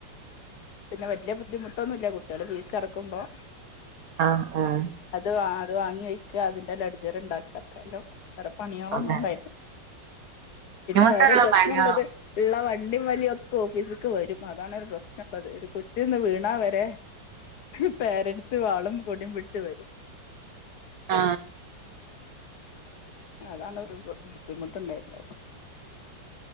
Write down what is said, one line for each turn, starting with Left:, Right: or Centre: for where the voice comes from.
Left: പിന്നെ വലിയ ബുദ്ധിമുട്ടൊന്നുല്ല കുട്ടികള് ഫീസ് അടക്കുമ്പോ
Right: ആ ആ
Left: അത് അത് വാങ്ങി വയ്ക്ക അതിന്റെ ലട്ജർ ഉണ്ടാക്കുക അത്രല്ലെ ന്ന
Right: അതെ നമുക്കുള്ള
Left: വ <unintelligible>
Right: പണികളോ
Left: വണ്ടി വലിയ ഒക്കെ ഓഫീസക്ക് വരും അതാണ് ഒരു പ്രശ്നം ഉള്ളത് ഒരു കൊച്ചി നിന്ന് വീണാ വരെ <unintelligible> പേരൻറ്സ് വാളും കൊടിയും പിടിച്ച് വരും
Right: ആ
Left: അതാണ് ഒരു ബുദ്ധിമുട്ടുണ്ടായിരുന്നെ